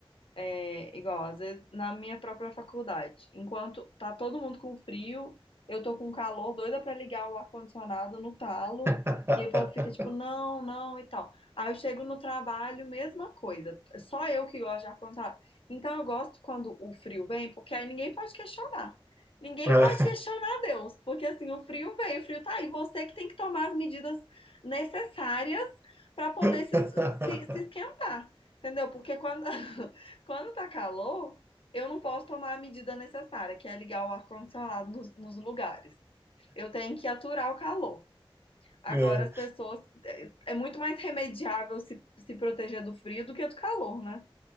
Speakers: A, on the left; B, on the right.
A: É, igual, às vezes, na minha própria faculdade. Enquanto tá todo mundo com frio, eu tô com calor, doida pra ligar o ar-condicionado no talo,
B: <laughs>
A: e aí o povo fica tipo, não, não, e tal. Aí eu chego no trabalho, mesma coisa. Só eu que gosto de ar-condicionado. Então eu gosto quando o frio vem, porque aí ninguém pode questionar. Ninguém
B: É.
A: pode questionar Deus, porque assim, o frio veio, o frio tá aí. Você que tem que tomar as medidas necessárias pra poder
B: <laughs>
A: se, se se esquentar. Entendeu? Porque quando, <laughs> Quando tá calor, eu não posso tomar a medida necessária, que é ligar o ar-condicionado nos, nos lugares. Eu tenho que aturar o calor. Agora,
B: É.
A: as pessoas. É é muito mais remediável se, se proteger do frio do que do calor, né?